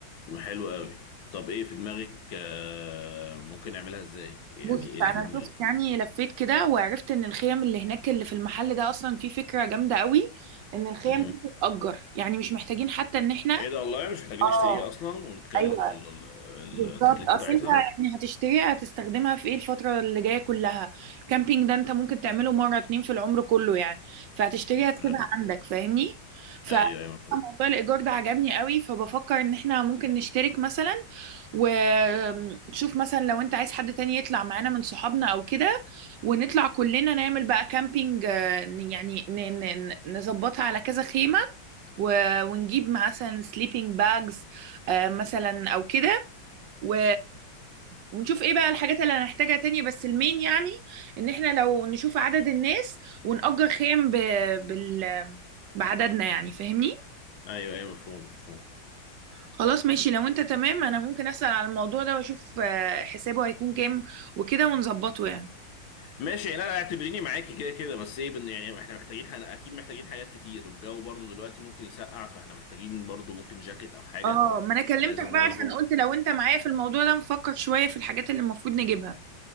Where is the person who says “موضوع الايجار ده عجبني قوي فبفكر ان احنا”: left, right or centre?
Right